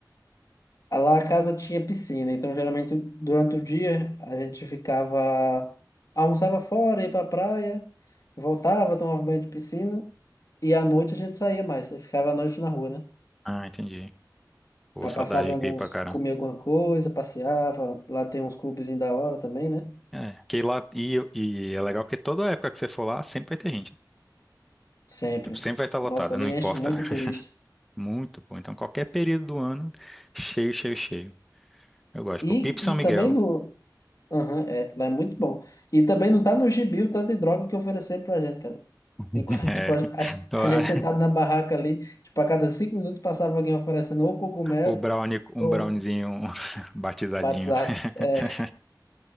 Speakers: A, on the left; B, in the centre.
A: Ah, Lá a casa tinha piscina, então geralmente durante o dia a gente ficava, almoçava fora, ia pra praia, voltava, tomava banho de piscina e à noite a gente saía mais, aí ficava à noite na rua, né?
B: Ah, entendi. Pô,
A: Aí
B: saudade
A: passava
B: de
A: em alguns,
B: pipa, cara.
A: comia alguma coisa, passeava, lá tem uns clubezinhos da hora também, né?
B: É, que lá. E, e é legal porque toda época que você for lá, sempre vai ter gente.
A: Sempre.
B: Tipo, sempre vai estar lotada,
A: Nossa, ali
B: não
A: enche
B: importa.
A: muito
B: <laughs>
A: de turista.
B: Muito bom. Então, qualquer período do ano, cheio, cheio, cheio. Eu gosto.
A: E,
B: Pô, Pipo São
A: e
B: Miguel.
A: também no, Aham, é, lá é muito bom. E também não tá no gibi o tanto de droga que ofereceram pra gente, cara.
B: <laughs>
A: Enquanto,
B: É,
A: <laughs> tipo, a,
B: lá,
A: a gente sentado na barraca ali, tipo, a cada cinco minutos passava alguém oferecendo ou cogumelo
B: o brownie, um
A: ou
B: browniezinho <laughs> batizadinho.
A: batizado.
B: <laughs>
A: É,